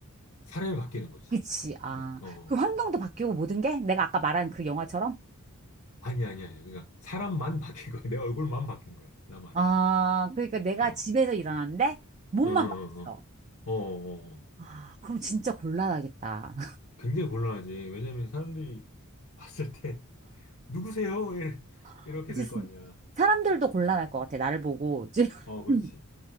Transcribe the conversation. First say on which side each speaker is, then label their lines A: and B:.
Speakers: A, on the left; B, on the right.
A: 사람이 바뀌는 거지.
B: 그치. 아,
A: 그냥, 어. 어,
B: 그 환경도
A: 어.
B: 바뀌고 모든 게? 내가 아까 말한 그 영화처럼?
A: 아니, 아니, 아니. 그러니까, 사람만 <laughs> 바뀐 거야. 내 얼굴만 바뀐 거야. 나만.
B: 아, 그러니까 내가
A: 어,
B: 집에서 일어났는데 몸만
A: 어, 어,
B: 바뀌었어.
A: 어. 어, 어, 어. 어.
B: 아, 그럼 진짜 곤란하겠다.
A: 굉장히 곤란하지. 왜냐면 사람들이 봤을 때, <laughs> 누구세요? 이-
B: <laughs>
A: 이렇게
B: 진짜
A: 될 거 아니야.
B: 사람들도 곤란할 것 같아, 나를 보고. 지금
A: 어, 그렇지.
B: <laughs>